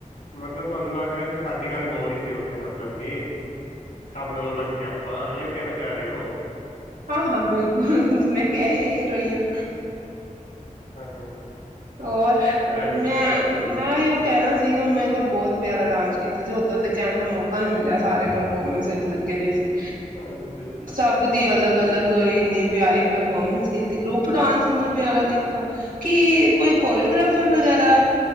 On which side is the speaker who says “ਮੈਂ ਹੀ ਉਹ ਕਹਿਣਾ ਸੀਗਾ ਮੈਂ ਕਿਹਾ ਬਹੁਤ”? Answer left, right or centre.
Right